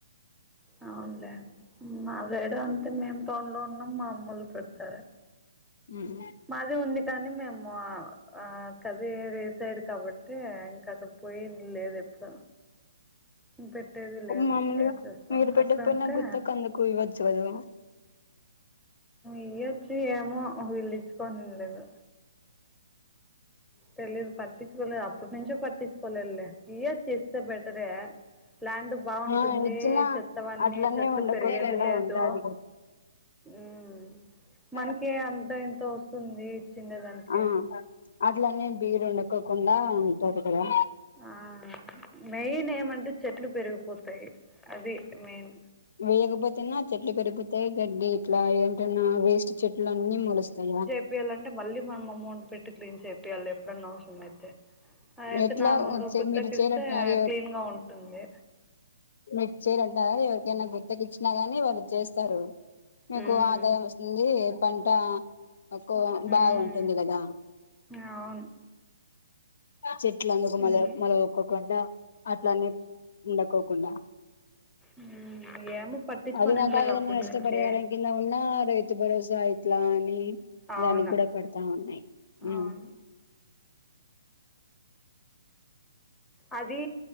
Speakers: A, in the centre; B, on the left.
A: అవునులే మా వేడ్ అంతే మేం టౌన్ లో ఉన్నాం మా అమ్మోళ్ళు పెడతారు
B: ఉమ్
A: మాది ఉంది కానీ మేము ఆ కదిరి సైడ్ కాబట్టి ఇంకా అక్కడ పోయేది లేదు ఎప్పుడు పెట్టేది లేదు
B: మామూలుగా
A: ఏం చేస్తాం
B: మీరు పెట్టకపోయినా
A: అక్కడ ఉంటే
B: గుత్తకు అందుకు ఇవ్వచ్చు కదా
A: ఈయచ్చు ఏమో వీళ్ళ యిచ్చుకోనింలేదు తెలియదు పట్టించుకోలేదు అప్పటి నుంచే పట్టించుకోలేదులే ఈయచ్చు ఇస్తే బెటరే ప్లాండ్ బాగుంటుంది
B: ఆ ఇచ్చిన
A: చెత్తవన్నీ
B: అట్లనే
A: చెట్లు
B: ఉండకోకుండా
A: పెరిగేది లేదు
B: ఉంటాది
A: ఉమ్
B: కదా
A: మనకి అంతో ఇంతో వస్తుంది ఇచ్చిండేదానికి
B: ఆ అట్లనే బీడు ఎండకోకుండా ఉంటంది కదా
A: ఆ మెయిన్ ఏమంటే చెట్లు పెరిగిపోతాయి అది మెయిన్
B: వేయకపోతున్నా చెట్లు పెరిగిపోతాయి గడ్డి ఇట్లా ఏంటన్నా వేస్ట్ చెట్ ట్లన్నీ మొలుస్తాయా
A: చెప్పియాలంటే మళ్ళీ మనం అమౌంట్ పెట్టి క్లీన్ చేపియాలి ఎప్పుడన్నా అవసరమైతే అయితే
B: ఎట్లా
A: నార్మల్
B: వచ్చే
A: గా గుత్తకి
B: మీరు చేయాలంటున్నారు
A: ఇస్తే క్లీన్ గా ఉంటుంది
B: మీర్ చేయరు అంటార ఎవరికైనా గుత్తకి ఇచ్చినా కానీ వాళ్ళు చేస్ వస్తారు మీకు
A: మ్మ్
B: ఆదాయం వస్తుంది పంట తక్కువ
A: హ్మ్
B: బాగుంటుంది కదా
A: అవును
B: చెట్ల అందుకు మళ
A: ఇంగే
B: మళ ఒక్కకుండా అట్లనే ఉండకోకుండా
A: ఉమ్ ఏమో పట్టించుకోనిం
B: అది కాక
A: లేదు
B: ఏదైనా
A: అప్పటి
B: నష్టపరిహారం
A: నుంచే
B: కింద ఉన్నా రైతు భరోసా ఇట్లా అని
A: అవును
B: దానికి గూడా పడతా ఉన్నాయి ఉమ్
A: అవును అది